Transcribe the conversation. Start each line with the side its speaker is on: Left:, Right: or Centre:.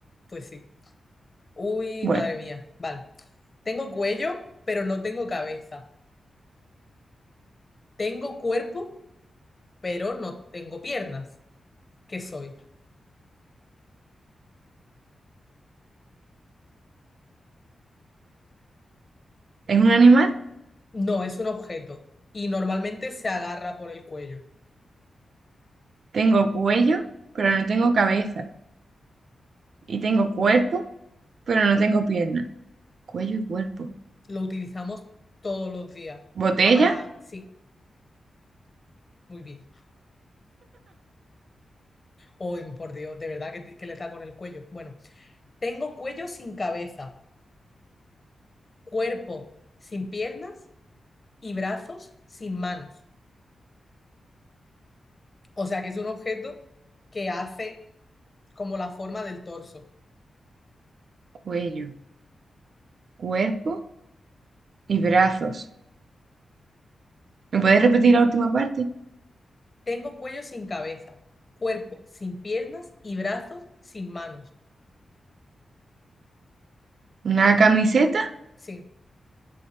Left: Pues sí. Uy,
Right: Bueno,
Left: madre mía. Vale. Tengo cuello, pero no tengo cabeza. Tengo cuerpo, pero no tengo piernas. ¿Qué soy?
Right: es un animal.
Left: No, es un objeto y normalmente se agarra por el cuello.
Right: Tengo cuello, pero no tengo cabeza. Y tengo cuerpo, pero no tengo piernas. Cuello y cuerpo.
Left: Lo utilizamos todos los días
Right: Botella,
Left: para... Sí, muy bien. Uy, por Dios, de verdad que, te- que le está con el cuello. Bueno, tengo cuello sin cabeza, cuerpo sin piernas y brazos sin manos. O sea que es un objeto que hace como la forma del torso.
Right: cuello, cuerpo y brazos. ¿Me puedes repetir la última parte?
Left: Tengo cuello sin cabeza, cuerpo sin piernas y brazos sin manos.
Right: ¿Una camiseta?
Left: Sí,